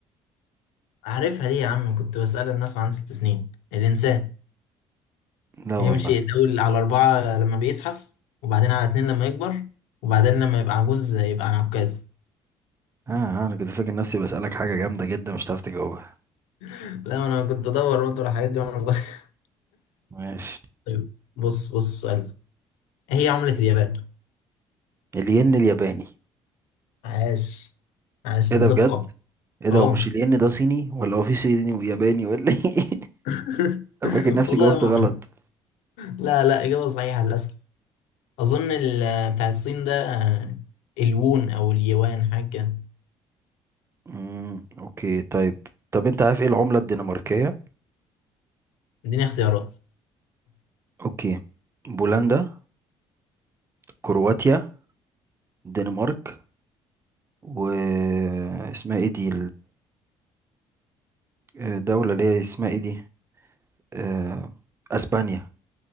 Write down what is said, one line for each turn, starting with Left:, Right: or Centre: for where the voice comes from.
Left: عارفها دي يا عم كنت بسأل الناس وعندي ست سنين الإنسان
Right: لا
Left: يمشي
Right: والله
Left: الأول على أربعة لما بيزحف وبعدين على اتنين لما يكبر وبعدين لما يبقى عجوز يبقى على عكاز
Right: اه آه، انا كنت فاكر نفسي بسألك حاجة جامدة جدا مش هتعرف تجاوبها
Left: <laughs> لا ما أنا كنت أدور برضه على الحاجات دي وأنا صغير <laughs>
Right: ماشي
Left: طيب بص بص السؤال ده إيه هي عملة اليابان؟
Right: الين الياباني
Left: عاش عاش
Right: ايه
Left: الدقة
Right: ده بجد ايه ده
Left: أه
Right: ومش الين ده صيني ولا هو في صيني وياباني ولا ايه
Left: <laughs>
Right: فاكر نفسي
Left: والله
Right: جاوبت
Left: ما أعرف.
Right: غلط
Left: لا لا إجابة صحيحة للأسف أظن ال- بتاع الصين ده آه، الوون أو اليوان حاجة كده.
Right: امم اوكي طيب طب انت عارف ايه العملة الدنماركية
Left: اديني اختيارات
Right: اوكي بولندا كرواتيا الدنمارك و اسمها ايه دي الدولة اللي هي اسمها ايه دي آه، اسبانيا